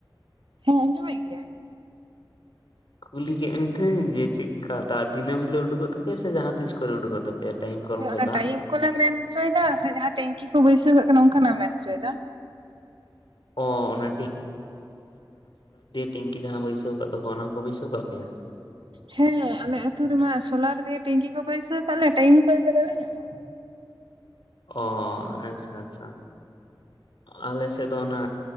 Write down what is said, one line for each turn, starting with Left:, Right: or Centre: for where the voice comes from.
Right: ᱦᱮᱸ ᱟᱸᱡᱚᱢᱮᱫ ᱜᱤᱭᱟᱹᱧ᱾
Left: ᱠᱩᱞᱤ ᱠᱮᱜ ᱢᱮᱫᱩᱧ ᱫᱤᱱᱟᱹᱢ ᱡᱮ ᱪᱮᱫ ᱞᱮᱠᱟ ᱫᱟᱜ ᱫᱤᱱᱟᱢ ᱞᱤᱞᱚᱜ ᱩᱰᱩᱚᱜ ᱛᱟᱯᱮᱭᱟ ᱥᱮ ᱡᱟᱦᱟᱸ ᱛᱤᱥ ᱠᱚᱨᱮ ᱩᱰᱩᱠᱚᱜ ᱛᱟᱯᱮᱭᱟ ᱴᱟᱭᱤᱢ ᱠᱚᱞ
Right: ᱦᱮᱸ
Left: ᱠᱷᱚᱡ
Right: ᱚᱱᱟ
Left: ᱫᱟᱜ?
Right: ᱴᱟᱭᱤᱢ ᱠᱚᱞᱮ ᱢᱮᱱ ᱦᱚᱪᱚᱭᱮᱫᱟ ᱥᱮ ᱡᱟᱦᱟᱸ ᱴᱮᱝᱠᱤ ᱠᱚ ᱵᱟᱹᱭᱥᱟᱹᱣ ᱚᱱᱠᱟᱱᱟᱜ ᱮᱢ ᱢᱮᱱ ᱦᱚᱪᱚᱭᱮᱫᱟ?
Left: ᱚ ᱚᱱᱟ ᱴᱤᱝᱠᱤ ᱡᱟᱦᱟᱸ ᱵᱟᱹᱭᱥᱟᱹᱣ ᱠᱟᱜ ᱛᱟᱠᱚᱣᱟ ᱚᱱᱟ ᱠᱚ ᱵᱟᱹᱭᱥᱟᱹᱣ ᱠᱟᱜ ᱯᱮᱭᱟ᱾
Right: ᱦᱮᱸ ᱟᱞᱮ ᱟᱹᱛᱳ ᱨᱮᱢᱟ ᱥᱳᱞᱟᱨ ᱫᱤᱭᱮ ᱴᱮᱝᱠᱤ ᱠᱚ ᱵᱟᱹᱭᱥᱟᱹᱣ ᱠᱟᱫ ᱞᱮᱭᱟ ᱴᱟᱭᱤᱢ ᱠᱚ ᱫᱚ ᱵᱟᱞᱮ ᱧᱟᱢᱟ᱾
Left: ᱚ ᱟᱪᱪᱷᱟ ᱟᱪᱪᱷᱟ ᱟᱞᱮ ᱥᱮᱫ ᱫᱚ ᱚᱱᱟ